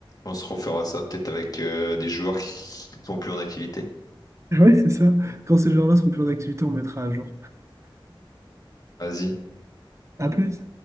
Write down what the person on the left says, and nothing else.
On se refera ça peut-être avec euh, des joueurs qui qui sont plus en activité.
Vas-y.